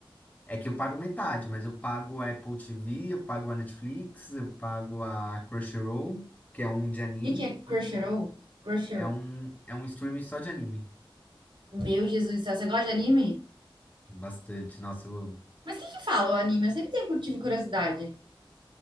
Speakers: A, on the left (about 15°); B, on the right (about 60°).
A: É que eu pago metade, mas eu pago a Apple TV, eu pago a Netflix, eu pago a Crunchyroll, que é um de anime,
B: que que é Crunchyroll? Crunchyroll.
A: é um é um streaming só de anime.
B: Meu Jesus do céu, você gosta de anime?
A: Bastante, nossa, eu amo.
B: Mas o que que fala o anime? Eu sempre tenho- tive curiosidade.